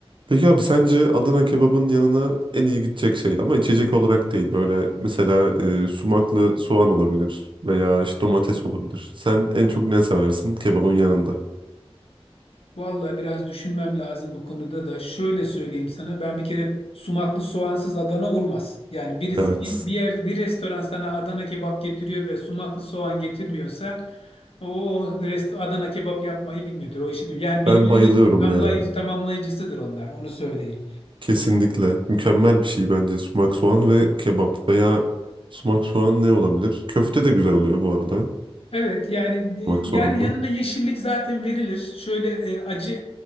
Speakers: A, on the right (about 50°); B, on the left (about 65°).
A: Peki abi sence Adana kebabın yanına en iyi gidecek şey ama içecek olarak değil böyle mesela e, sumaklı soğan olabilir veya işte domates olabilir. Sen en çok ne seversin kebabın yanında?
B: Vallahi biraz düşünmem lazım bu konuda da. Şöyle söyleyeyim sana. Ben bir kere sumaklı soğansız Adana olmaz. Yani birisi
A: Evet.
B: bir bir yer bir restoran sana Adana kebap getiriyor ve sumaklı soğan getirmiyorsa o rest Adana kebap yapmayı bilmiyordur. O işi bilmiyor. Yani
A: Ben
B: birbirinin
A: bayılıyorum
B: tamlayıcı,
A: ya.
B: tamamlayıcısıdır onlar. Onu söyleyeyim.
A: Kesinlikle. Mükemmel bir şey bence sumak soğan ve kebap veya sumak soğan ne olabilir? Köfte de güzel oluyor bu arada.
B: Evet yani e,
A: Bak soğanla.
B: yani yanına yeşillik zaten verilir. Şöyle e, acı